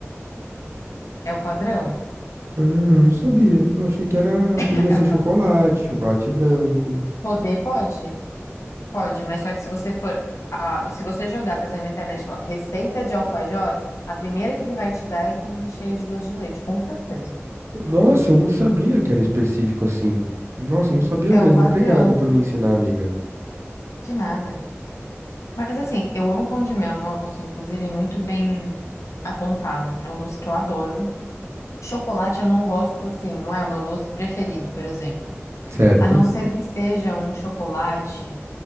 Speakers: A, on the left; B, on the right.
A: É o padrão. <laughs>
B: Ah, eu não sabia. Eu achei que era,
A: <clears throat>
B: podia
A: É
B: ser
A: o
B: chocolate,
A: padrão.
B: chocolate branco.
A: Poder pode? Pode, mas só que se você for, ah, se você jogar, por exemplo, na internet, e falar receita de alfajor, a primeira que ele vai te dar é com recheio de doce de leite, com certeza.
B: Nossa, eu não sabia que era específico assim. Nossa, eu não sabia
A: É
B: mesmo.
A: o padrão.
B: Obrigado por me ensinar, amiga.
A: De nada. Mas assim, eu amo pão de mel, nossa, inclusive muito bem apontado. É um doce que eu adoro. Chocolate eu não gosto, assim não é o meu doce preferido, por exemplo.
B: Certo.
A: A não ser que seja um chocolate